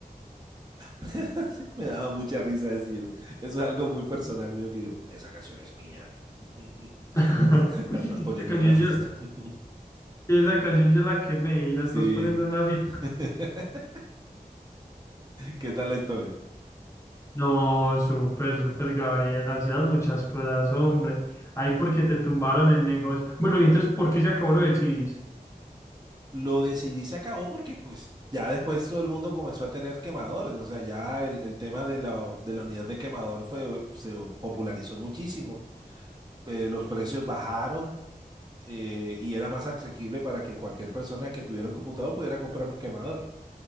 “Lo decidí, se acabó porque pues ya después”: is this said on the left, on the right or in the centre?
Right